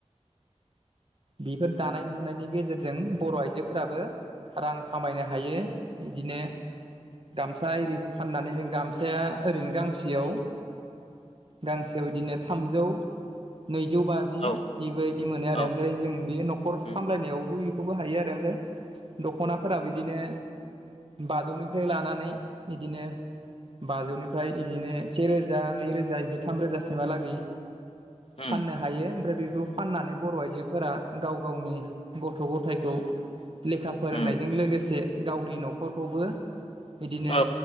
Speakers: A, on the right; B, on the left.
A: बेफोर दानाय-लुनायनि गेजेरजों बर' आइजोफोराबो रां खामायनो हायो बिदिनो गामसा एरि फाननानै जों गामसाया ओरैनो गांसेयाव गांसेयाव बिदिनो थामजौ नैजौ बाजि
B: औ
A: बेबायबायदि मोनो आरो
B: औ
A: ओमफ्राय जों बेयो न'खर
B: उम
A: सामलायनायाव बो बेखौबो हायो आरो ओमफ्राय दख'नाफोरो बिदिनो बाजौनिफ्राय लानानै बिदिनो बाजौनिफ्राय बिदिनो से रोजा नैरोजा बिदि थाम रोजासिमहालागै
B: उम
A: फाननो हायो ओमफ्राय बेफोरखौ फाननानै बर' आइजो फोरा गाव गावनि गथ' गथायखौ लेखा फोरोंनायजों
B: उम
A: लोगोसे गावनि न'खरखौबो बिदिनो
B: औ